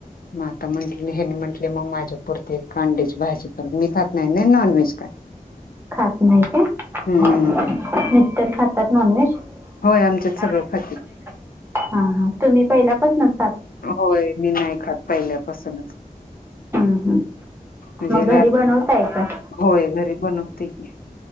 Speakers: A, on the left; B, on the right.
A: म आता म्हंटली हनी म्हंटले मग माझ्या पुुरती खांडीची भाजी पर मििकत नाही नाही नॉनव्हेज काय
B: खात नाही
A: हम्म
B: का मिस्र
A: होय आमच्यात सगळं
B: ख
A: खाते
B: <inaudible>
A: होय मी नाही ऐकात पहिल्यापासूनच
B: हं, हं.
A: म्हणजे
B: मग घरी बनवताय का हा
A: होय घरी बनवते क